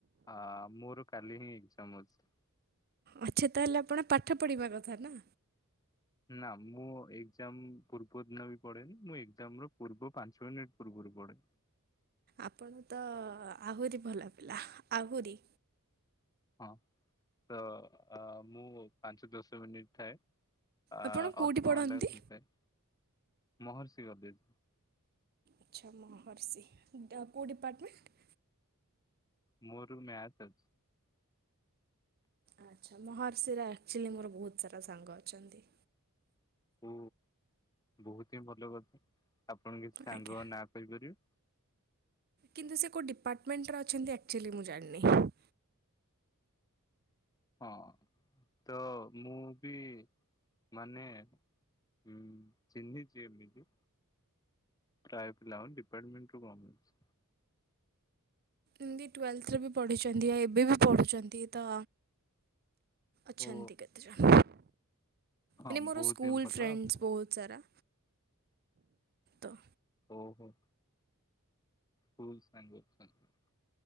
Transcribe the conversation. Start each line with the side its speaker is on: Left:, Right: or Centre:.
Left: ହଁ ମୋର କାଲି ହିଁ ଏକଜାମ ଅଛି।
Right: ଆଚ୍ଛା। ତାହେଲେ ଆପଣ ପାଠ ପଢିବା କଥା ନା?
Left: ନା ମୁଁ ଏକ୍ଜାମ ପୂର୍ବ ଦିନ ବି ପଢେନି, ମୁଁ ଏଜାମ ର ପୂର୍ବ ପାଞ୍ଚ ମିନିଟ୍ ପୂର୍ବରୁ ପଢେ।
Right: ଆପଣ ତ- ହଁ ଆହୁରି ଭଲ ପିଲା ଆହୁରି।
Left: ହଁ ତ ମୁଁ ପାଞ୍ଚ ଦଶ ମିନିଟ୍ ଥାଏ ଆ
Right: ଆପଣ କୋଉଠି
Left: ଅଧଘଣ୍ଟା
Right: ପଢ଼ନ୍ତି?
Left: ହୋଇଥାଏ ମହର୍ଷି ଗଦେଇ।
Right: ଆଚ୍ଛା। ମହର୍ଷି, କୋଉ ଡିପାର୍ଟମେଣ୍ଟ?
Left: ମୋର ମ୍ୟାଥ ଅଛି।
Right: ଆଚ୍ଛା। ମହର୍ଷିରେ ଆକ୍ଚୁଆଲି ମୋର ବହୁତ ସାରା ସାଙ୍ଗ ଅଛନ୍ତି।
Left: ଓ ବହୁତ ହିଁ ଭଲ କଥା। ଆପଣ କିଛି ସାଙ୍ଗଙ୍କ
Right: ଆଜ୍ଞା।
Left: ନାଁ କହିପାରିବେ?
Right: କିନ୍ତୁ ସେ କେଉଁ ଡିପାର୍ଟମେଣ୍ଟରେ ଅଛନ୍ତି ଆକ୍ଚୁଆଲି ମୁଁ ଜାଣିନି।
Left: ହଁ ତ ମୁଁ ବି ମାନେ ହୁଁ। ଚିହ୍ନିଛି ଏମିତି ପ୍ରାୟ ପିଲାମାନେ ଡିପାର୍ଟମେଣ୍ଟର ଗମେନ୍ସ
Right: ଏମିତି ଟ୍ୱେଲଥରେ ବି ପଢ଼ିଛନ୍ତି, ଏବେ ବି ପଢ଼ୁଛନ୍ତି ତ ଅଛନ୍ତି
Left: ଓ
Right: କେତେଜଣ।
Left: ହଁ
Right: ମାନେ ମୋର
Left: ବହୁତ
Right: ସ୍କୁଲ୍
Left: ହିଁ ଭଲ
Right: ଫ୍ରେଣ୍ଡସ୍ ବହୁତ ସାରା ତ
Left: ଓହୋ। ସ୍କୁଲ ସାଙ୍ଗ ସାଙ୍ଗ